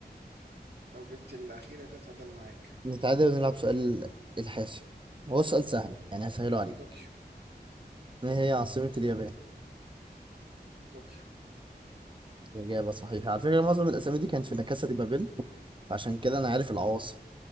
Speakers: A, on the right; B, on the right.
A: لو جبت الأخيرة دي هتعادل معاك
B: نتعادل ونلعب سؤال الحاسم هو سؤال سهل يعني هسهله عليك
A: طوكيو
B: ما هي عاصمة اليابان؟
A: طوكيو
B: الإجابة صحيحة على فكرة معظم الأسامي دي كانت في لا كاسا دي بابيل فعشان كده أنا عارف العواصم